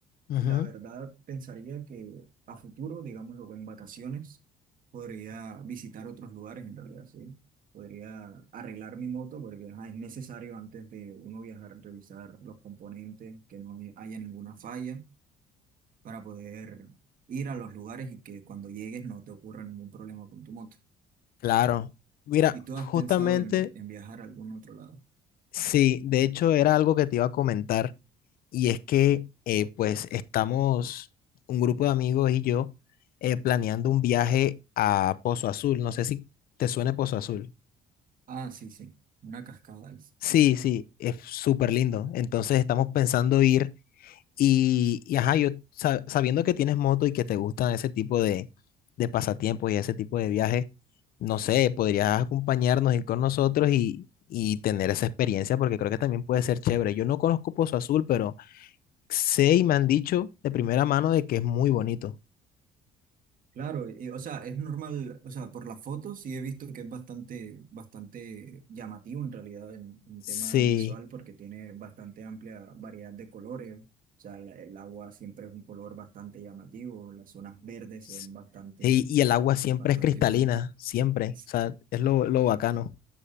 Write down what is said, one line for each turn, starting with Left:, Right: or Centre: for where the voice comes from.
Left: Ujú,
Right: la verdad pensaría que a futuro, digámoslo en vacaciones, podría visitar otros lugares en realidad, sí. Podría arreglar mi moto porque ajá, es necesario antes de uno viajar revisar los componentes, que no haya ninguna falla para poder ir a los lugares y que cuando llegues no te ocurra ningún problema con tu moto.
Left: Claro. Mira,
Right: ¿Y tú
Left: justamente,
Right: has pensado en, en viajar a algún otro lado?
Left: sí, de hecho era algo que te iba a comentar y es que eh, pues estamos un grupo de amigos y yo eh, planeando un viaje a Pozo Azul. No sé si te suena Pozo Azul.
Right: Ah, sí, sí, una cascada es.
Left: Sí, sí, es súper lindo. Entonces estamos pensando ir. Y, y ajá, yo sa- sabiendo que tienes moto y que te gustan ese tipo de, de pasatiempos y ese tipo de viajes, no sé, podrías acompañarnos, ir con nosotros y, y tener esa experiencia porque creo que también puede ser chévere. Yo no conozco Pozo Azul, pero sé y me han dicho de primera mano de que es muy bonito.
Right: Claro, eh, o sea, es normal, o sea, por las fotos sí he visto que es bastante, bastante llamativo en realidad en, en
Left: Sí.
Right: tema visual porque tiene bastante amplia variedad de colores. O sea, la- el, agua siempre es un color bastante llamativo, las zonas verdes
Left: s-
Right: se ven bastante,
Left: Y, y el agua siempre
Right: bastante
Left: es cristalina,
Right: bien.
Left: siempre.
Right: S-
Left: O sea, es lo, lo bacano.